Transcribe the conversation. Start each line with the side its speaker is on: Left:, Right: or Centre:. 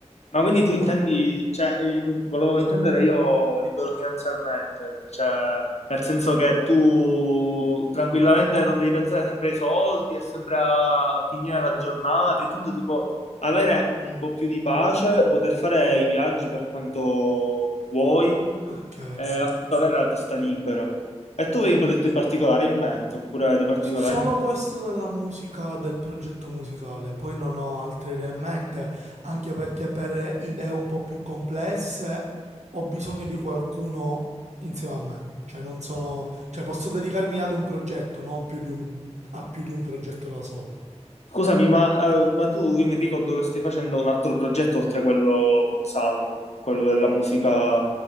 Left: Ma quindi tu intendi, cioè, in- volevo intendere io libero finanzialmente, cioè, nel senso che tu tranquillamente non devi pensare sempre ai soldi e sempre a finire la giornata, intendo tipo avere un po' più di pace, poter fare i viaggi per quanto vuoi
Right: Ok.
Left: e appunto avere la testa libera. E tu avevi un progetto in particolare in mente, oppure di particolare
Right: S- Solo
Left: in mente?
Right: questo della musica, del progetto musicale, poi non ho altre idee in mente, anche perché per idee un po' più complesse ho bisogno di qualcuno insieme a me, cioè non sono, cioè posso dedicarmi ad un progetto, non più di un- a più di un progetto da solo.
Left: Scusami, ma, eh, ma tu, io mi ricordo che stai facendo un altro progetto oltre quello con Salvo, quello della musica